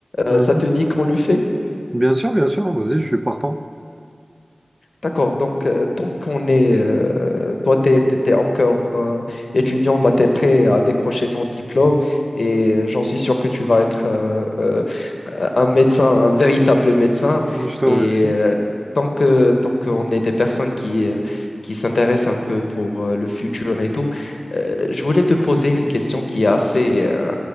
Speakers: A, on the left (about 75°); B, on the right (about 25°).
A: euh,
B: Mhm.
A: ça te dit qu'on le fait?
B: Bien sûr, bien sûr, vas-y, je suis partant.
A: D'accord, donc euh, tant qu'on est, euh, toi t'es, t'es- t'es encore euh, étudiant, bah, t'es prêt à décrocher ton diplôme et euh, j'en suis sûr que tu vas être euh, euh, un médecin, un véritable médecin.
B: Mhm. Je te
A: Et
B: remercie.
A: euh, tant que, tant qu'on est des personnes qui, euh, qui s'intéressent un peu pour euh, le futur et tout, euh, je voulais te poser une question qui est assez, euh,